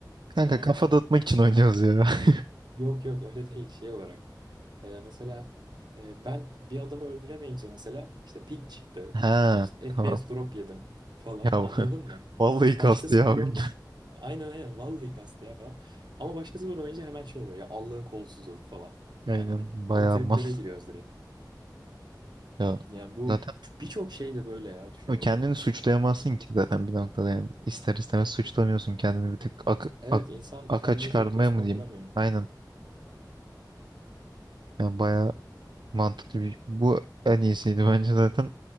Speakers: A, on the right (about 80°); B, on the right (about 70°).
A: Kanka
B: zamanında.
A: kafa dağıtmak için oynuyoruz ya. <laughs>
B: Yok yok öyle <laughs> değil şey olarak. Ee, mesela e, ben bir adamı öldüremeyince mesela işte ping çıktı.
A: Ha
B: İşte F
A: tamam.
B: P S drop yedim falan
A: Ya <laughs>
B: anladın mı?
A: vallahi
B: Başkası
A: kastı ya
B: vuram
A: oyun.
B: aynen aynen vallahi kastı ya falan. Ama başkası vuramayınca hemen şey oluyor ya Allah'ın kolsuzu falan.
A: <laughs> Aynen.
B: Hani
A: Bayağı
B: o triplere
A: mal.
B: giriyoruz direkt.
A: Ya
B: Yani bu
A: zaten
B: birçok şey de böyle ya düşününce.
A: O kendini suçlayamazsın ki zaten bir noktada yani. İster istemez suçlamıyorsun kendini bir tık ak,
B: Evet
A: ak-
B: insan
A: aka
B: kendine
A: çıkarmaya
B: çok toz
A: mı
B: konduramıyor.
A: diyeyim? Aynen. Yani bayağı mantıklı bir... Bu en iyisiydi <laughs> bence zaten.